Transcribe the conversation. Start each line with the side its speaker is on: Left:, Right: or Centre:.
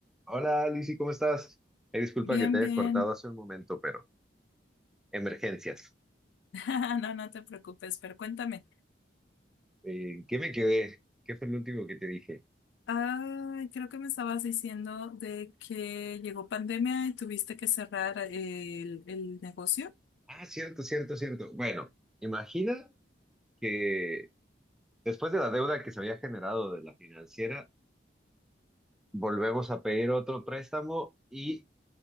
Centre: Hola, Lizzy, ¿cómo estás? Eh, disculpa
Left: Bien,
Centre: que te haya
Left: bien.
Centre: cortado hace un momento, pero emergencias.
Left: <laughs> No, no te preocupes, pero cuéntame.
Centre: Eh, ¿qué me quedé? ¿Qué fue el último que te dije?
Left: Ay, creo que me estabas diciendo de que llegó pandemia y tuviste que cerrar eh, el, el negocio.
Centre: Ah, cierto, cierto, cierto. Bueno, imagina que después de la deuda que se había generado de la financiera, volvemos a pedir otro préstamo y